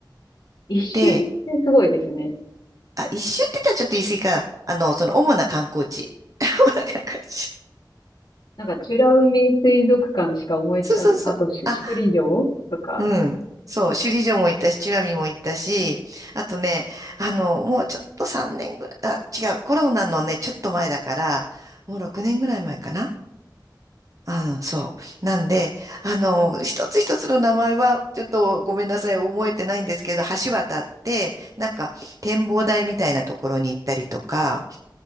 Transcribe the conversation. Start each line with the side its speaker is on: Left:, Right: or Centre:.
Left: 一周ってすごいですね。
Right: で、あ、一周って言ったらちょっと言い過ぎかな。あの、その主な観光地。<laughs> 主な観光地。
Left: なんか、美ら海水族館しか思いつかん、
Right: そうそうそう。
Left: あとし、
Right: あ、
Left: 首里城とか。
Right: うん。そう、首里城も行ったし、美ら海も行ったし、あとね、あの、もうちょっと3年ぐらい、あ、違う、コロナのね、ちょっと前だから、もう6年ぐらい前かな。ああ、そう。なんで、あの、一つ一つの名前は、ちょっとごめんなさい、覚えてないんですけど、橋渡って、なんか、展望台みたいなところに行ったりとか、